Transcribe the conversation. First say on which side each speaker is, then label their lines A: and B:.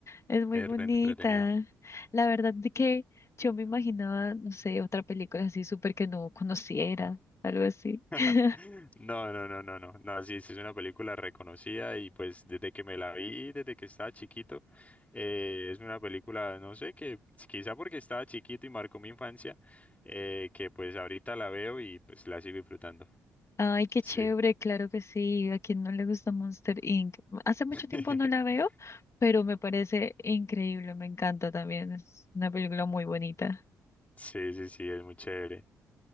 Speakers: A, on the left (about 40°); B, on the left (about 20°).
A: es muy
B: es
A: bonita.
B: re entretenida.
A: La verdad de que yo me imaginaba, no sé, otra película así súper que no conociera, algo así.
B: <laughs>
A: <laughs>
B: No, no, no, no, no. No, sí, sí es una película reconocida y pues desde que me la vi, desde que estaba chiquito, eh, es una película, no sé, que quizá porque estaba chiquito y marcó mi infancia, eh, que pues ahorita la veo y pues la sigo disfrutando.
A: Ay, qué
B: Sí.
A: chévere, claro que sí. ¿A quien no le gusta Monster Inc? Hace mucho
B: <laughs>
A: tiempo no la veo, pero me parece increíble, me encanta también. Es una película muy bonita.
B: Sí, sí, sí, es muy chévere.